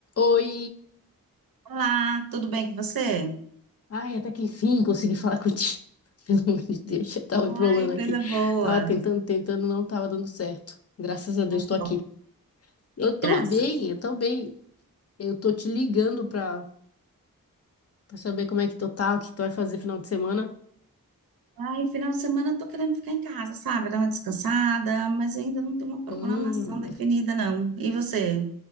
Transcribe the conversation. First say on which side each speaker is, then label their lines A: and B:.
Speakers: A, on the left; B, on the right.
A: Oi!
B: Olá, tudo bem com você?
A: Ai, até que enfim consegui falar contigo. <laughs> Pelo amor de Deus, eu tava
B: Ai,
A: embrolando aqui.
B: coisa boa.
A: Tava tentando, tentando, não tava dando certo. Graças a Deus,
B: Ai,
A: tô
B: que
A: aqui.
B: bom,
A: Eu tô
B: graças.
A: bem, eu tô bem. Eu tô te ligando pra, pra saber como é que tu tá, o que tu vai fazer final de semana.
B: Ai, final de semana eu tô querendo ficar em casa, sabe? Dar uma descansada, mas ainda não tem uma programação
A: Hum,
B: definida, não. E você?